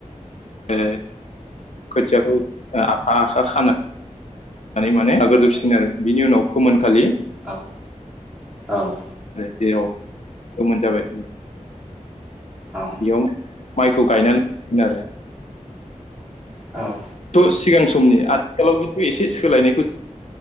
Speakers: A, on the left; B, in the centre.
A: ओ खोथियाखौ आखा आखा खानो माने लागोरजोबसिगोन आरो बिनि उनाव फोमोनखालि
B: औ औ औ
A: जेराव गोमोन जाबाय
B: औ
A: बेयाव माइखौ गायनानै <unintelligible> आरो
B: औ
A: थ' सिगां समनि आथिखालाव खिन्थु एसे सोलायनायखौ